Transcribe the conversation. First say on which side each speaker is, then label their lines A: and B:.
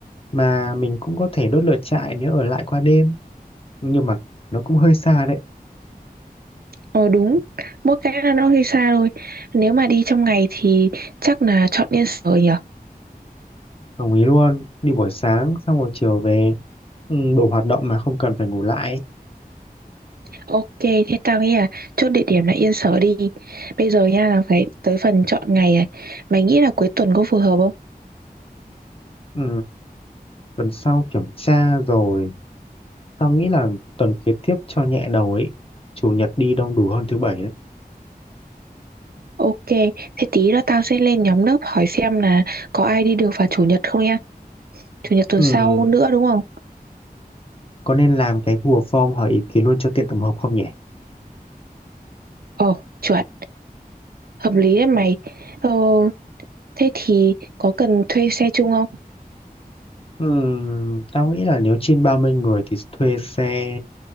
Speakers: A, on the left (about 35°); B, on the right (about 75°).
A: mà mình cũng có thể đốt lửa trại nếu ở lại qua đêm nhưng mà nó cũng hơi xa đấy
B: Ờ đúng, mỗi cái là nó hơi xa thôi. Nếu mà đi trong ngày thì chắc là chọn Yên Sở nhỉ.
A: đồng ý luôn đi buổi sáng xong rồi chiều về ừ, đủ hoạt động mà không cần phải ngủ lại
B: Ok, thế tao nghĩ là chốt địa điểm là Yên Sở đi. Bây giờ nha là phải tới phần chọn ngày này. Mày nghĩ là cuối tuần có phù hợp không?
A: ừ, tuần sau kiểm tra rồi tao nghĩ là tuần kế tiếp cho nhẹ đầu ấy chủ nhật đi đông đủ hơn thứ bảy đấy
B: Ok, thế tí nữa tao sẽ lên nhóm lớp hỏi xem là có ai đi được vào chủ nhật không nha. Chủ nhật tuần
A: ừ,
B: sau nữa đúng không?
A: có nên làm cái Google Form hỏi ý kiến luôn cho tiện tổng hợp không nhỉ
B: Ồ chuẩn. hợp lý đấy mày ờ, thế thì có cần thuê xe chung không
A: ừ, tao nghĩ là nếu trên 30 người thì thuê xe